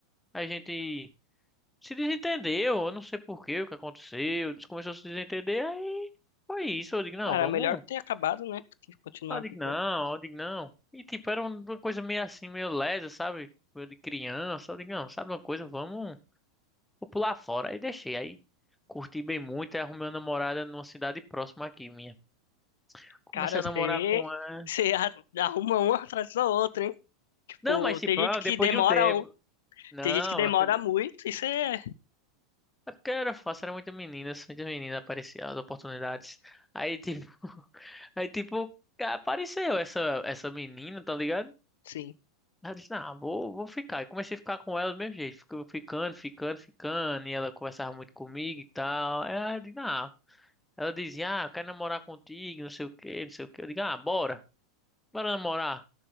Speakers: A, in the centre; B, on the left.
A: a gente se desentendeu. Eu não sei por quê, o que aconteceu. A gente Começou a se desentender. Aí foi isso. Eu digo: Não,
B: Cara,
A: vamos.
B: melhor ter acabado, né? Do que continuar
A: Aí eu digo,
B: brigando.
A: não, eu digo, não. E tipo, era uma coisa meio assim, meio lesa, sabe? Coisa de criança. Eu digo, não, sabe uma coisa? Vamos, vou pular fora. Aí deixei, aí curti bem muito. Aí arrumei uma namorada numa cidade próxima aqui, minha. Comecei
B: Cara, você,
A: a namorar com ela.
B: você a- arruma uma atrás da outra, hein? Tipo,
A: Não, mas tipo,
B: tem gente
A: não,
B: que
A: depois
B: demora,
A: de um tempo.
B: um-
A: Não,
B: tem gente que demora
A: mas foi-
B: muito, isso é.
A: é porque era fácil, era muita menina, muitas meninas apareciam, as oportunidades. Aí tipo, <laughs> aí tipo, apareceu essa, essa menina, tá ligado?
B: Sim,
A: Aí eu disse, não, vou, vou ficar. E comecei a ficar com ela do mesmo jeito. Ficou ficando, ficando, ficando. E ela conversava muito comigo e tal. Aí eu disse, não. Ela dizia, ah, eu quero namorar contigo, não sei o que, não sei o que. Eu digo, ah, bora. Bora namorar.